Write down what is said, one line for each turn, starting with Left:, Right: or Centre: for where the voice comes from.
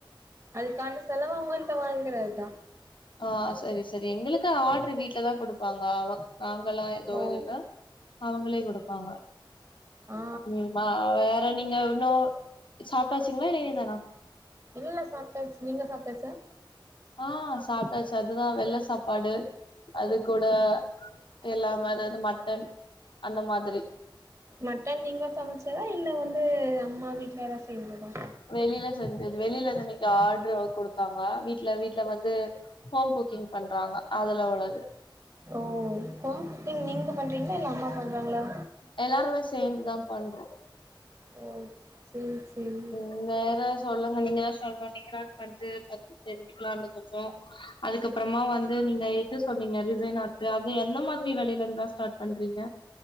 Right: அதுக்கான செலவ அவுங்கள்ட்ட வாங்கிறது தா
Left: ஆ சரி சரி எங்களுக்கு ஆர்டரு வீட்ல தா குடுப்பாங்க அவ வாங்கல்லா எதுவு
Right: ஓ
Left: இது இல்ல அவுங்களே குடுப்பாங்க
Right: ஆ
Left: ம் ஆ வேற நீங்க இன்னு சாப்ட்டாச்சிங்களா இல்ல இனிதானா
Right: இல்ல சாப்ட்டாச்சி நீங்க சாப்ட்டாச்சா
Left: ஆ சாப்ட்டாச்சி அதுதா வெள்ள சாப் பாடு அது கூட எல்லாமே அதாவது மட்டன் அந்த மாதிரி
Right: மட்டன் நீங்க சமைச்சதா இல்ல வந்து அம்மா வீட்ல எதா செஞ்சதா
Left: வெளில செஞ்சது வெளில இருந்து இன்னக்கி ஆர்டரு குடுத்தாங்க வீட்ல வீட்ல வந்து ஹோம் குக்கிங் பண்றாங்க அதுல உள்ளது
Right: ஓ ஹோம் குக்கிங் நீங்க பண்றீங்களா இல்ல அம்மா பண்றாங்களா
Left: எல்லாருமே சேந்துதா பண்றோ
Right: ஓ சேரி சேரி
Left: நீங்க வேற சொல்லுங்க நீங்கதா சொல்லுனு நீங்க ஏதாவது பண்ட்டு பத்தி தெரிஞ்சிக்கலான்னு கொஞ்சோ அதுக்கப்பறமா வந்து நீங்க இது சொன்னீங்க ரிசைன் ஆர்ட் அது எந்த மாதிரி வெலைல இருந்தா ஸ்டார்ட் பண்றீங்க